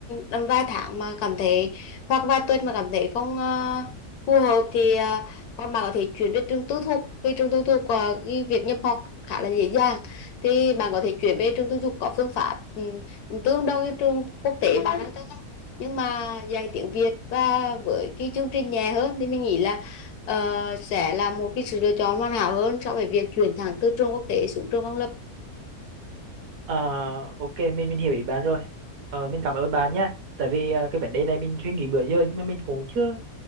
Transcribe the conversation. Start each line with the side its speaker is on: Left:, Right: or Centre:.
Left: tầm vài tháng mà cảm thấy hoặc vài tuần mà cảm thấy không ờ, phù hợp thì ờ, con bạn có thể chuyển về trường tư thục vì trường tư thục ờ, cái việc nhập học khá là dễ dàng thì bạn có thể chuyển về trường tư thục có phương pháp ừm, tương đương như trường quốc tế bạn đang theo học nhưng mà dạy tiếng Việt và với cái chương trình nhẹ hơn thì mình nghĩ là ờ, sẽ là một cái sự lựa chọn hoàn hảo hơn so với việc chuyển thẳng từ trường quốc tế xuống trường công lập
Right: Ờ, ok mình mình hiểu ý bạn rồi Ờ, mình cảm ơn bạn nha tại vì à, cái vấn đề này mình suy nghĩ bữa giờ nhưng mà mình cũng chưa